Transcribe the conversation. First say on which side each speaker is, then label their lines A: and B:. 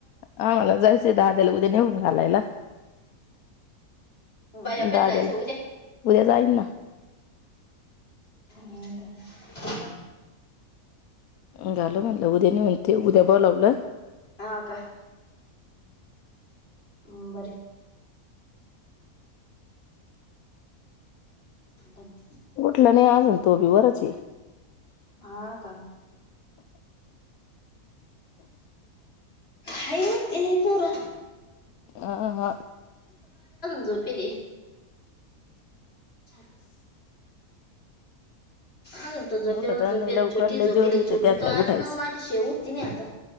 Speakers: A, on the left (about 80°); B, on the left (about 40°).
A: आ म्हाला जायचंय दहा त्याला उद्या नेऊन घालायला
B: बायाकच
A: ददला
B: जायचं उद्या
A: उद्या जाईन ना
B: हक
A: घालो म्हणलं उद्या नाही म्हणते उद्या ब लावलं
B: हा का बर म
A: उठलं नाही आजण तोभी वरच
B: ह का हयवात ये नाही परा
A: आ हा
B: झो फिर छा आल झोपेल
A: उठत
B: ना
A: नाही
B: झोपेल
A: लवकर
B: छोटी
A: लय
B: झोपेली
A: जोर येतंय
B: छोटी
A: त्यातल्या
B: तो आज
A: उठायचं
B: न माझी शेऊ त नाही आता